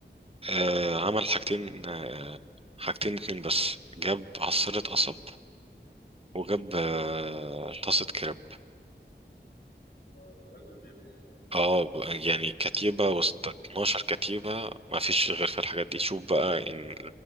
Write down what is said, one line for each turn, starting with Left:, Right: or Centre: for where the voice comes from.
Right: آه، عمل حاجتين آه، حاجتين اتنين بس جاب عصيرة قصب وجاب آه، طاسة كريب
Left: لما الراجل بيفهم
Right: اه ب- يعني كتيبة وسط 12 كتيبة ما فيش غير في الحاجات دي شوف بقى ان